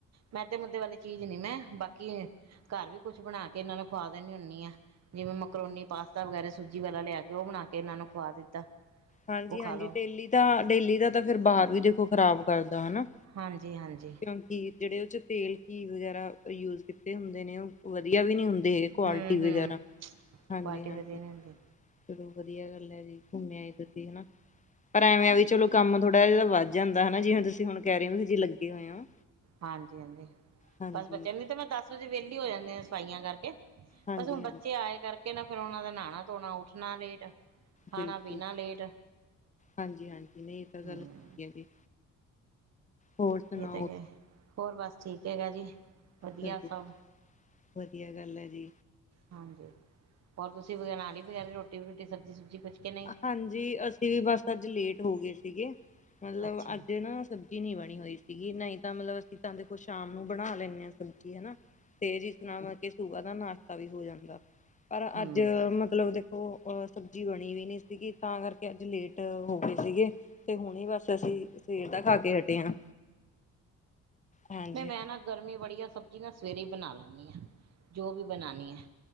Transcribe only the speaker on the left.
ਹਾਂਜੀ-
ਹਾਂਜੀ
ਡੇਲੀ ਦਾ- ਡੇਲੀ ਦਾ ਤਾਂ ਫੇਰ ਬਾਹਰ ਵੀ ਦੇਖੋ ਖ਼ਰਾਬ ਕਰਦਾ ਹਨਾ।
ਕਿਉਂਕਿ, ਜਿਹੜੇ ਉਹ ਤੇਲ, ਘੀ ਵਗੈਰਾ ਯੂਜ ਕੀਤੇ ਹੁੰਦੇ ਨੇ ਉਹ ਵਧੀਆ ਵੀ ਨਹੀਂ ਹੁੰਦੇ ਹੈਗੇ ਕੁਆਲਿਟੀ
ਵਗੈਰਾ। ਹਾਂਜੀ-
ਹਾਂਜੀ।
ਚਲੋ ਵਧੀਆ ਗੱਲ ਹੈ ਜੀ ਘੁੰਮਿਆ ਏਧਰ ਦੀ ਹਨਾ। ਪਰ ਐਵੇਂ ਆ ਵੀ ਚਲੋ ਕੰਮ ਥੋੜਾ ਜਿਹਾ ਵੱਧ ਜਾਂਦਾ ਜਿਵੇ ਤੁਸੀਂ ਹੁਣ ਕਹਿ ਰਹੇ ਹੋ ਵੀ ਜੇ ਲੱਗੇ ਹੋਏ ਹੋ।
ਹਾਂਜੀ,
ਹਾਂਜੀ-ਹਾਂਜੀ
ਬਿਲਕੁਲ।
ਹਾਂਜੀ- ਹਾਂਜੀ ਨਹੀਂ ਇਹ ਤਾਂ ਗੱਲ
ਹੈ ਜੀ। ਹੋਰ ਸੁਣਾਓ
ਚਲੋ
ਵਧੀਆ ਗੱਲ ਹੈ ਜੀ
ਹਾਂਜੀ। ਅਸੀਂ ਵੀ ਬਸ ਅੱਜ ਲੇਟ ਹੋ ਗਏ ਸੀਗੇ। ਮਤਲਬ
ਅੱਜ ਨਾ ਸਬਜ਼ੀ ਨੀ ਬਣੀ ਹੋਈ ਸੀਗੀ ਨਹੀਂ ਤਾਂ ਮਤਲਬ ਅਸੀਂ ਤਾਂ ਦੇਖੋ ਸ਼ਾਮ ਨੂੰ ਬਣਾ ਲੈਂਦੇ ਹਾਂ ਸਬਜ਼ੀ ਹਨਾ। ਤੇ ਜਿਸ ਤਰ੍ਹਾਂ ਮਤਲਬ ਕਿ ਸੂਬ ਦਾ ਨਾਸ਼ਤਾ ਵੀ ਹੋ ਜਾਂਦਾ, ਪਰ
ਅੱਜ ਮਤਲਬ ਦੇ ਉਹ ਸਬਜ਼ੀ ਬਣੀ ਵੀ ਨਹੀਂ ਸੀਗੀ ਤਾਂ ਕਰਕੇ ਅੱਜ ਲੇਟ ਹੋ ਗਏ ਸੀਗੇ। ਤੇ ਹੁਣ ਬਸ ਅਸੀਂ, ਸਵੇਰ ਦਾ ਖਾ ਕੇ ਹਟੇ ਹਾਂ। ਹਾਂਜੀ